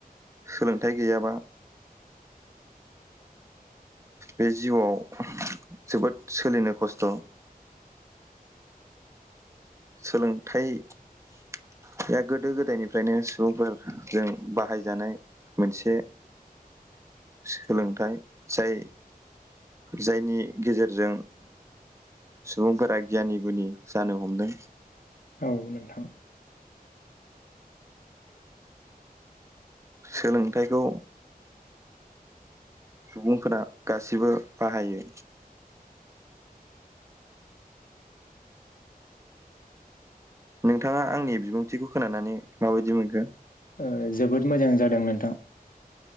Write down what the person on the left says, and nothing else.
औ नोंथां
ओ जोबोद मोजां जादों नोंथां